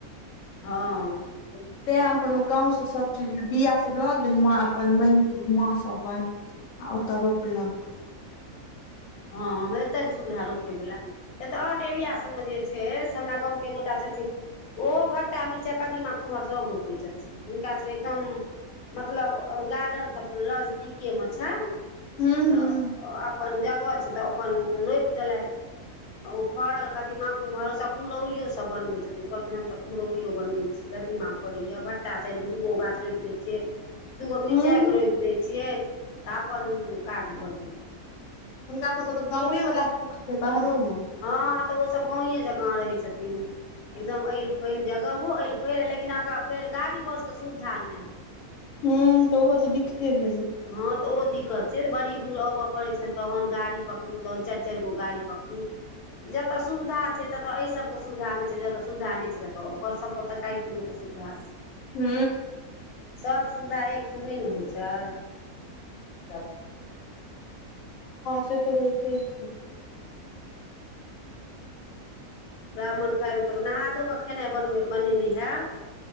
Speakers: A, on the left (about 80°); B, on the left (about 65°).
A: हँ
B: <inaudible> तैं अपन ओ गाँवस सब चीज बिआ सब लऽ गेल माॅ अपन मागिके माॅ स अपन आ ओतऽ रोपलक
A: ह हेतैन ने सुविधा रोपे वलाऽ ऐत आउट एरिया सबमे जे छै से हमरा गामके एक गोटा छथिन ओहो भट्टा मिरचाय कदीमा कुमहर सब रोपै छथिन हुनका सब एकदम मतलब गार्डन सब लजदीकेमे छैन
B: हूँ हूँ
A: तऽ अपन जगह छैय तऽ अपन रोइप देलैत ओ फड़ल कदीमा कुमहर ओ सब कुमहौरियो सब बनबैय छथिन कहलखिन हमसभ कुम्हौरियो बनैबैय छी कदीमा फरैया भट्टा चाइर गो दूगो गाछ रोइप दैय छियै दुगो मिरचाइ
B: हूँ
A: के रोपि दैय छियै तऽ अपन काज भऽ जाइये
B: हुनका सभके तऽ गावे वाला सुख छैन बाहरोमे
A: ह तऽ ओ सभ गावए जका रहैय छथिन एकदम एल फैल जगहो एल फैल लेकिन अहाँकेँ फेर गाड़ी बस के सुविधा नै
B: हु तऽ ओहो तऽ दिक्ते भेलै।
A: ह तऽ ओ दिक्कत छैय बड़ी दुर आबय पड़ै छनि तहन गाड़ी पकडु तहन चारि चारि गो गाड़ी पकड़ु जतह सुविधा छैय ततह अइ सभ के सुविधा नै छैय जतह सुविधा नै छैय ततह ओकर सभ के तरकारी तीमन के सुविधा छै
B: हु।
A: सभ सुविधा एकठाम नै होइ छैय
B: हैं से तऽ होइते छैय
A: ब्राह्मण खाय देबे तब नहा धो कऽ खेनाइ बनबै बनेने हैब।